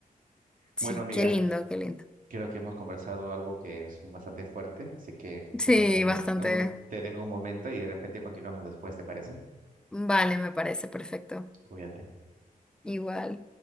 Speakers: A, in the centre; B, on the right.
A: sí,
B: Bueno, amiga,
A: qué lindo, qué lindo.
B: creo que hemos conversado algo que es bastante fuerte, así que
A: Sí,
B: te dejo un,
A: bastante.
B: un- te dejo un momento y de repente continuamos después, ¿te parece?
A: Vale, me parece perfecto.
B: Cuídate.
A: Igual.